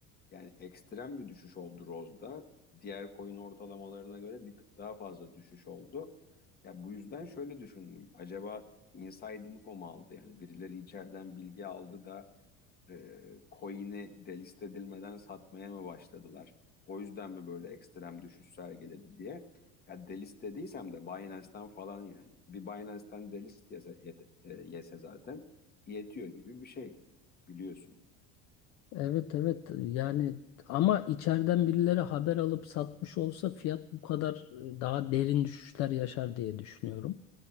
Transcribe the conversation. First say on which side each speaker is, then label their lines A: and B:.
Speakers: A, on the left; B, on the left.
A: yani ekstrem bir düşüş oldu Rose'da. Diğer coin ortalamalarına göre bir tık daha fazla düşüş oldu. Ya bu yüzden şöyle düşündüm. Acaba inside info mu aldı? Yani birileri içeriden bilgi aldı da e, coin'i delist edilmeden satmaya mı başladılar? O yüzden mi böyle ekstrem düşüş sergiledi diye. Ya delist dediysem de Binance'ten falan yani. Bir Binance'ten delist yese, yete- e, yese zaten yetiyor gibi bir şey biliyorsun.
B: Evet evet yani ama içeriden birileri haber alıp satmış olsa fiyat bu kadar e, daha derin düşüşler yaşar diye düşünüyorum.